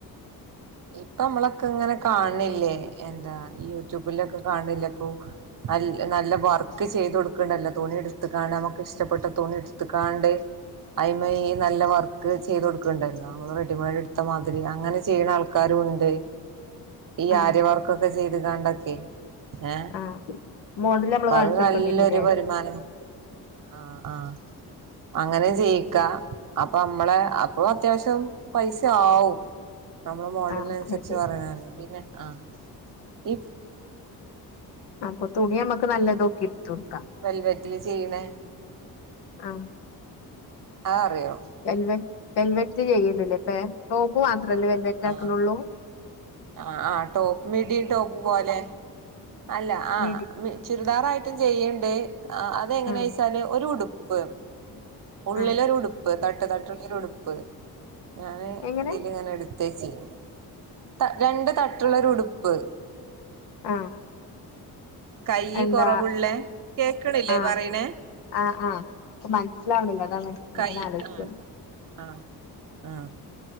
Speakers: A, on the right; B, on the left.
A: ഇപ്പൊ നമ്മളൊക്കെ ഇങ്ങനെ കാണ്ല്ലേ എന്താ യൂട്യൂബിലൊക്കെ കാണ്ല്ല ഇപ്പൊ നൽ നല്ല വർക്ക് ചെയ്ത് കൊടുക്ണ്ടല്ലോ തുണി എടുത്ക്കാണ്ട് നമ്മക്ക് ഇഷ്ടപ്പെട്ട തുണി എടുത്ക്കാണ്ട് അയ്മെ ഈ നല്ല വർക്ക് ചെയ്ത് കൊടുക്ണ്ടല്ലോ നമ്മള് റെഡിമെയ്ഡ് എടുത്ത മാതിരി അങ്ങനെ ചെയ്യുന്ന ആൾക്കാ കാരുണ്ട് ഈ
B: ആഹ്
A: ആര്വമാർക്കൊക്കെ ചെയ്ത്കണ്ടൊക്കെ ഏഹ്
B: ആഹ് മോഡല് നമ്മള്
A: അപ്പ
B: കാണിച്ചു
A: അത് നല്ലൊരു
B: കൊടുക്കേണ്ടി വരൂല്ലേ
A: വരുമാനം ആഹ് ആഹ് അങ്ങനെ ചെയ്യിക്ക അപ്പൊ നമ്മളെ അപ്പൊ അത്യാവശ്യം പൈസ ആവും നമ്മള മോഡല്ന്
B: ആഹ്
A: അനുസരിച്ച്
B: അങ്ങനെ ശരി
A: പറയണ പിന്നെ ആഹ് ഈ
B: അപ്പൊ തുണി നമ്മുക്ക് നല്ലതോക്കി ഇടുത്തു കൊടുക്കാം
A: വൽവറ്റില് ചെയ്യ്ണേ
B: ആഹ്
A: ആഹ് അറിയോ
B: വെൽവെ വെൽവെറ്റ് ചെയ്യ്ണ്ട്ല്ലേ പ്പെ ടോപ്പ് മാത്രല്ലേ വെൽവെറ്റ്
A: ആഹ്
B: ആക്ണോള്ളൂ
A: ആഹ് ആഹ് ടോപ്പ് മിഡീ ടോപ്പ് പോലെ അല്ല ആഹ്
B: മീഡി
A: മി ചുരിദാറായിട്ടും ചെയ്യ്ണ്ട് അതെങ്ങനെച്ചാല്
B: ആഹ്
A: ഒരു ഉടുപ്പ് ഉള്ളിലൊരു
B: ആഹ്
A: ഉടുപ്പ് തട്ട് തട്ടുള്ളൊരു ഉടുപ്പ് ഞാന്
B: എങ്ങനെ
A: ഇതില് ങ്ങനെ എട് ച്ചീനീ ത രണ്ട് തട്ടുള്ളരു ഉടുപ്പ്
B: ആഹ്
A: കയ്യ്
B: എന്താ
A: കുറവുള്ളേ കേക്ണില്ലേ
B: ആഹ്
A: പറിണെ
B: ആഹ് ആഹ് പ്പ മനസ്സിലാവ്ണ്ല്ല അതാണ്
A: കൈ
B: ങ്ങനെ ആലോയ്ച്ച
A: ആഹ് ആഹ് ആഹ്